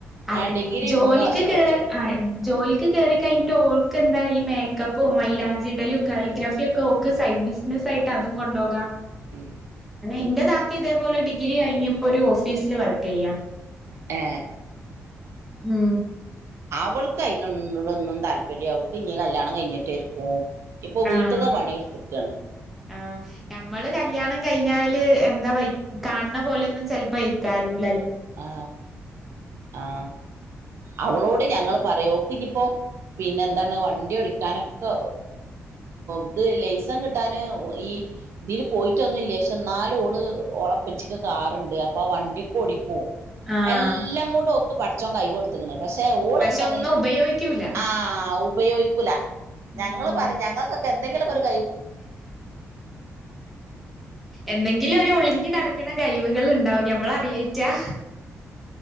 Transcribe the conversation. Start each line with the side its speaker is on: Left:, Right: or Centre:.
Centre: ആ
Right: ഡിഗ്രി
Centre: ജോലിക്ക്
Right: മൂന്ന് വർഷം
Centre: കേ
Right: പഠിച്ചു
Centre: ആ ജോലിക്ക് കയറി കഴഞ്ഞട്ട് ഓ ഓക്ക് എന്താ ഈ മേക്കപ്പും മൈലാഞ്ചിടലും കാലിഗ്രഫിയ ഓക്ക് സൈഡ് ബിസിനസ് ആയിട്ട് അതും കൊണ്ടോകാം.
Right: മ്
Centre: എന്റെ താത്തി ഇതേപോലെ ഡിഗ്രി കഴിഞ്ഞപ്പോ ഒരു ഓഫീസില് വർക്ക് ചെയ്യാ
Right: ഏ
Centre: മ്
Right: അവൾക്ക് അതിനോട ഒന്നും താല് ഇരി അവൾക്ക് ഇനി കല്യാണം കയിഞ്ഞിട്ടേ <unintelligible> ഇപ്പൊ വീട്ടത്
Centre: ആഹ്
Right: പണിയെടുത്തക്കാണ്
Centre: ആഹ് ഞമ്മള് കല്യാണം കഴിഞ്ഞാല് എന്താ കാണന്ന പോലൊന്നും ചിലപ്പ <unintelligible>
Right: ആ ആ ആ അവളോട് ഞങ്ങള് പറോക്ക ഇനിപ്പോ പിന്നെ എന്താണ് വണ്ടി ഒടിക്കാനൊക്കെ ഇത് ലൈസൻ കിട്ടാന് ഈ ഇതിൽ പോയിട്ടൊന്നുല്ല ക്ഷെ എന്നാലും ഓള് ഒളപ്പച്ചെ കാറുണ്ട് അപ്പൊ വണ്ടിയൊക്കെ ഓടി
Centre: ആഹ്
Right: എല്ലാം കൂടെ ഓക്ക് പടച്ചോൻ കൈവ് കൊട് ത്ത്ക്ക്ണ് പക്ഷെ ഓള്
Centre: പക്ഷെ
Right: എന്താണ്
Centre: ഒന്നും ഉപയോഗിക്കൂല
Right: ആ ഉപയോഗിക്കൂല ഞങ്ങള്
Centre: ഉം
Right: പറയും ഞങ്ങക്കൊക്കെ എ എന്തെങ്കിലോക്കൊരു
Centre: എന്തെങ്കിലും ഒരു ഒളിഞ്ഞു കിടക്കണ കയിവ് ഉണ്ടാവും ഞമ്മള് അറിയയിറ്റാ